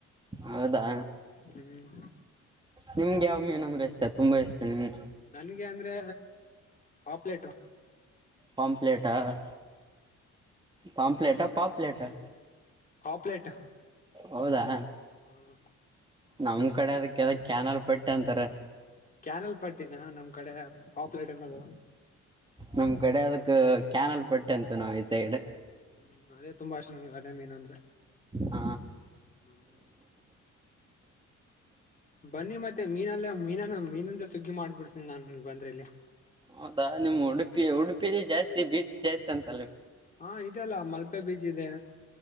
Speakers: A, on the right; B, on the left.
A: ಹೌದಾ
B: ಹ್ಮ್.
A: ನಿಮ್ಗೆ ಯಾವಲ್ ಮೀನು ಅಂದ್ರೆ ಇಷ್ಟ ತುಂಬಾ ಇಷ್ಟ ನಿಮ್ಗೆ.
B: ನನ್ಗೆ ಅಂದ್ರೆ ಪಾಪ್ಲೆೇಟು.
A: ಪಂಪ್ಲೇಟ್, ಟ ಹಾ. ಪಾಂಪ್ಲೇಟಾ ಪಾಪ್ಲೇಟಾ
B: ಪಾಪ್ಲೆಟ್
A: ಹೌದಾ
B: ಹ್ಮ್
A: ನಮ್ ಕಡೆ ಅದಕ್ಕೆದ ಕ್ಯಾನರ್ ಪಟ್ಟೆ ಅಂತಾರೆ
B: ಕ್ಯಾನಲ್ ಪಟ್ಟಿನ ನಮ್ ಕಡೆ ಪಾಪ್ಲೇಟ್ ಅನ್ನೋದು
A: ನಮ್ ಕಡೆ ಅದಕ್ ಕ್ಯಾನಲ್ ಪಟ್ಟೆ ಅಂತ ನಾವು ಈ ಸೈಡ್
B: ಹ್ಮ್ ಅದೇ ತುಂಬಾ ಇಷ್ಟ ನನ್ಗೆ ಅದೇ ಮೀನ್ ಅಂದ್ರೆ
A: ಹ
B: ಹ್ಮ್ ಬನ್ನಿ ಮತ್ತೆ ಮೀನಲ್ಲ ಮೀನನ್ನು ಮೀನಂದ ಸುಗ್ಗಿ ಮಾಡ್ಬಿಡ್ತೀನಿ ನಾನು ಬಂದ್ರೆ ಇಲ್ಲಿ
A: ಹೌದಾ ನಿಮ್ಮ್ ಉಡುಪಿ ಉಡುಪಿಲಿ ಜಾಸ್ತಿ ಬೀಚ್ ಜಾಸ್ತಿ ಅಂತ
B: ಹಾ ಇದೆ ಅಲ್ಲ ಮಲ್ಕೆ ಬೀಚ್ ದೆ